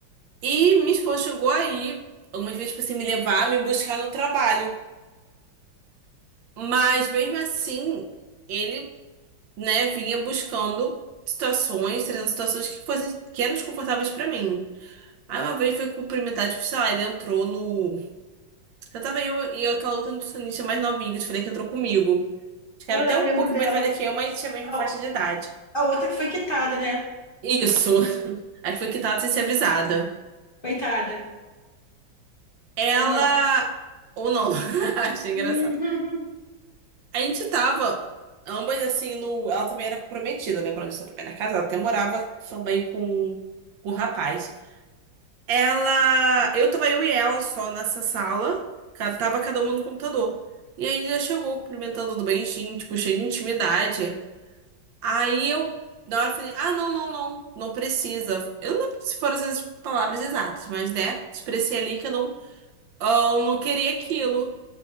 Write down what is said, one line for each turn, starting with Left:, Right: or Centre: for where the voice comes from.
Right: E minha esposa chegou aí algumas vezes pra assim, me levar, me buscar no trabalho. Mas mesmo assim, ele, né, vinha buscando situações, trazendo situações que fossem, que eram desconfortáveis pra mim. Aí uma vez foi cumprimentar, tipo, sei lá, ele entrou no. Já tava eu e aquela outra nutricionista mais novinha que eu te falei que entrou comigo. Acho que era
Left: Aham,
Right: até um
Left: eu lembro
Right: pouquinho
Left: dela.
Right: mais velha que eu, mas tinha a mesma
Left: A,
Right: faixa de idade.
Left: a outra que foi quitada, né?
Right: Isso. Aí foi quitada sem ser avisada.
Left: Coitada.
Right: Ela.
Left: Ou não.
Right: Ou não. <laughs> Achei engraçado.
Left: Uhum.
Right: A gente tava, ambas assim, no. Ela também era comprometida, lembrando disso, ela também era casada. Até morava também com, com um rapaz. Ela. Eu tava eu e ela só nessa sala. ca- Tava cada uma no computador. E aí ele já chegou cumprimentando do beijinho, tipo, cheio de intimidade. Aí eu, na hora, falei: ah, não, não, não, não precisa. Eu não lembro se foram essas palavras exatas, mas né, expressei ali que eu não, "Ah, eu não queria aquilo.